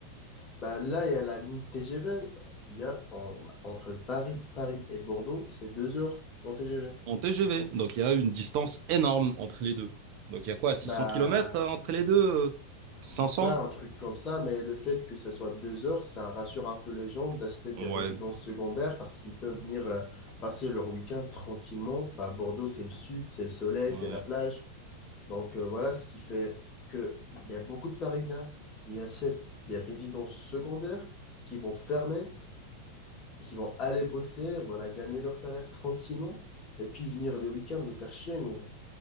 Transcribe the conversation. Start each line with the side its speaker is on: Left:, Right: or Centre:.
Left: Bah là, il y a la ligne TGV. Il y a en- entre Paris, Paris et Bordeaux, c'est deux heures en TGV.
Right: en TGV. Donc il y a une distance énorme entre les deux. Donc il y a quoi, 600
Left: Bah,
Right: kilomètres euh, entre les deux? euh, cinq
Left: ouais,
Right: cents
Left: un truc comme ça, mais le fait que ça soit deux heures, ça rassure un peu les gens d'acheter des
Right: Ouais.
Left: résidences secondaires parce qu'ils peuvent venir euh, passer leur week-end tranquillement. Bah, Bordeaux, c'est le sud, c'est le soleil,
Right: Ouais.
Left: c'est la plage. Donc euh, voilà ce qui fait que il y a beaucoup de Parisiens qui achètent des résidences secondaires qui vont fermer qui vont aller bosser, voilà, gagner leur salaire tranquillement, et puis venir le week-end nous faire chier, nous.